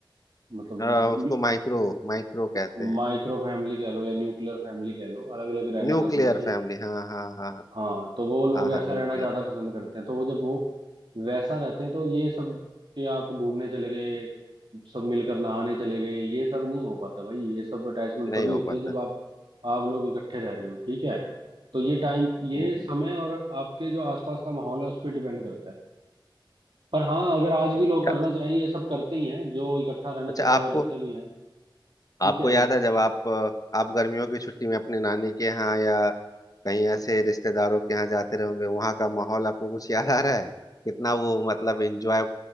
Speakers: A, on the right (about 70°); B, on the left (about 45°).
A: मतलब
B: अ, उसको माइक्रो माइक्रो कहते हैं
A: माइक्रो फैमिली कह लो या न्यूक्लियर फैमिली कह लो अलग अलग रहना
B: न्यूक्लियर
A: सबने भाई
B: फैमिली हाँ हाँ हाँ
A: हाँ तो वो लोग
B: हाँ हाँ
A: ऐसा
B: न्यूक्लियर
A: रहना ज्यादा
B: फैमिली
A: पसंद करते हैं तो वो जब वो वैसा रहते हैं तो ये सब के आप घूमने चले गए सब मिलकर नहाने चले गए ये सब नहीं हो पाता भाई ये सब अटैचमेंट
B: नहीं
A: तभी
B: हो
A: होती
B: पाता
A: है जब आप आप लोग इकट्ठे रह रहे हो ठीक है तो ये टाइम ये
B: हम्म
A: समय
B: हम्म
A: और आपके जो आसपास का माहौल है उस पर डिपेंड करता है पर हाँ अगर आज भी लोग करना
B: अच्छा
A: चाहें ये सब करते ही हैं जो इकट्ठा रहना
B: अच्छा,
A: चाहता
B: आपको
A: है वो रहते भी हैं ठीक
B: आपको
A: है
B: याद है जब आप आप गर्मियों की छुट्टी में अपने नानी के यहाँ या कहीं ऐसे रिश्तेदारों के यहाँ जाते रहोगे वहाँ का माहौल आपको कुछ याद आ रहा है कितना वो मतलब एंजॉय